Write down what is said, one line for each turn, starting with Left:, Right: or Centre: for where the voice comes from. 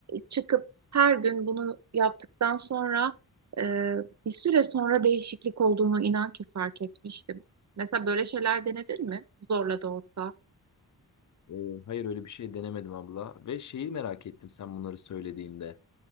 Right: çıkıp her gün bunu yaptıktan sonra e, bir süre sonra değişiklik olduğunu inan ki fark etmiştim. Mesela böyle şeyler denedin mi? Zorla da olsa.
Left: Ee, hayır öyle bir şey denemedim abla. Ve şeyi merak ettim sen bunları söylediğinde.